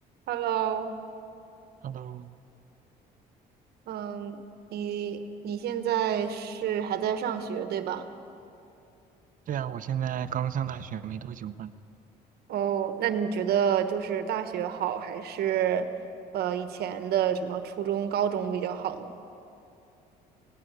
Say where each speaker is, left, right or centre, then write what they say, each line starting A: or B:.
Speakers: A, on the right; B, on the right.
A: Hello，
B: Hello，
A: 嗯，你你现在是还在上学，对吧？
B: 对啊，我现在刚上大学没多久吧。
A: 哦，那你觉得就是大学好，还是呃以前的什么初中、高中比较好呢？